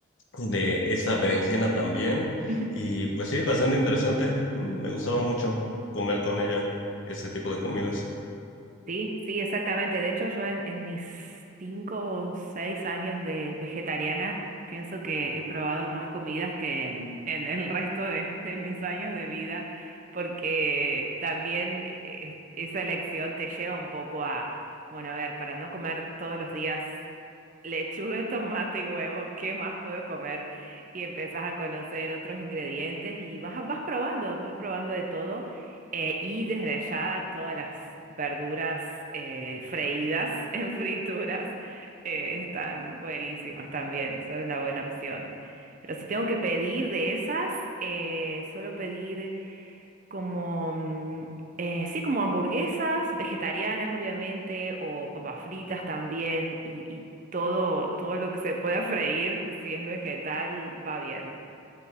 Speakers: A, on the left (about 65°); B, on the right (about 40°).
A: De esta berenjena también.
B: <laughs>
A: Y pues sí, bastante interesante. Mm, Me gustaba mucho comer con ella ese tipo de comidas.
B: Sí, sí, exactamente. De hecho, yo en, en mis cinco o seis años de vegetariana pienso que he probado más comidas que en, en el resto de, de mis años de vida, porque también eh, esa elección te lleva un poco a, bueno, a ver, para no comer todos los días. Lechuga, <laughs> tomate y huevo, ¿qué más puedo comer? Y empezás a conocer otros ingredientes y vas, vas probando, vas probando de todo. eh, y desde allá todas las verduras eh, freídas <laughs> en frituras eh, están buenísimas también, son una buena opción. Pero si tengo que pedir de esas, eh, suelo pedir como, mm, eh, sí, como hamburguesas vegetarianas, obviamente, o papas fritas también, y, y todo, todo lo que se pueda freír, si es vegetal, va bien.